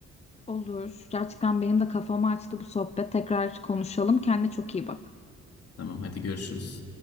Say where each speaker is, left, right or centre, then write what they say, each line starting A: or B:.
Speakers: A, on the left (about 20°); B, on the left (about 50°).
A: Olur. Gerçekten benim de kafamı açtı bu sohbet. Tekrar konuşalım. Kendine çok iyi bak.
B: Tamam, hadi görüşürüz.